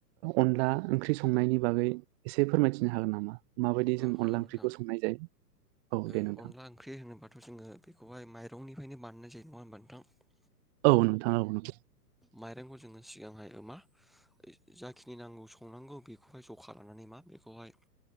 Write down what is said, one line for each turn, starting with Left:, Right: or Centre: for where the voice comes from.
Right: अनला ओंख्रि संनायनि बागै एसे फोरमायथिनो हागोन नामा माबायदि
Centre: औ
Right: जों
Centre: हागोन
Right: अनला
Centre: नोंथां।
Right: ओंख्रिखौ संनाय जायो औ
Centre: ओ
Right: दे नोंथां
Centre: अनला ओंख्रि होनोबाथ' जोङो बेखौहाय माइरंनिफ्रायनो बानायनाय जायो नङा होनोमबा नो ओ
Right: औ नोंथां औ नोंथां
Centre: माइरंखौ जोङो सिगांहाय मा जाखिनि नांगौ संनांगौ बेखौहाय जखा लानानै मा बेखौहाय